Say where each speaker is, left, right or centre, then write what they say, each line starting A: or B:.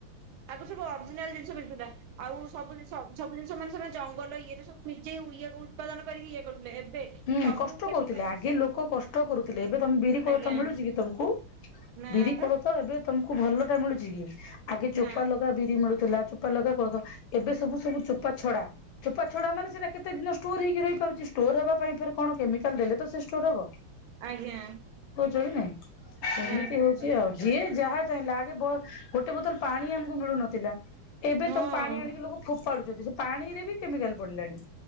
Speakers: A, on the right; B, on the left.
A: ତାକୁ ସବୁ ଅରିଜିନାଲ ଜିନିଷ ମିଳୁଥିଲା। ଆଉ ସବୁ ସବୁ ଜିନିଷ ମାନେ ସେମାନେ ଜଙ୍ଗଲ ଇଏରେ ସବୁ ନିଜେ ଇଏ ଉତ୍ପାଦନ କରିକି ଇଏ କରୁଥିଲେ ଏବେ
B: ହୁଁ
A: ସବୁ
B: କଷ୍ଟ
A: କେମିକାଲ
B: କରୁଥିଲେ ଆଗେ
A: ମିଶା
B: ଲୋକ କଷ୍ଟ କରୁଥିଲେ ଏବେ ତମେ ବିରି କୋଳଥ
A: ଆଜ୍ଞା
B: ମିଳୁଛି କି ତମକୁ?
A: ନା
B: ବିରି
A: ବା
B: କୋଳଥ ଏବେ ତମକୁ ଭଲଟା ମିଳୁଛି କି ଆଗେ ଚୋପା
A: ନା
B: ଲଗା ବିରି ମିଳୁଥିଲା ଚୋପା ଲଗା କୋଳଥ। ଏବେ ସବୁ ସବୁ ଚୋପା ଛଡା ଚୋପା ଛଡା ମାନ ସେଟା କେତେ ଦିନ ଷ୍ଟୋର ହେଇକି ରହିପାରୁଛି ଷ୍ଟୋର ହବା ପ ପରେ ପରେ କଣ କେମିକାଲ ଦେଲେ ତ ସେ ଷ୍ଟୋର ହବ।
A: ଆଜ୍ଞା।
B: କହୁଛକି ନାଇ ସେମିତି
A: ନା ଠିକ
B: ହଉଛି
A: କଥା
B: ଆଉ
A: କହିଲେ
B: ଯିଏ ଯାହା ଚାହିଁଲା ଆଗେ ଗୋଟେ ବୋତଲ ପାଣି ଆମକୁ ମିଳୁନଥିଲା। ଏବେ
A: ହଁ
B: ତମେ ପାଣି ଆଣିକି ଲୋକ ଫୋପାଡୁଚନ୍ତି ସେ ପାଣିରେ ବି କେମିକାଲ୍ ପଡିଲାଣି।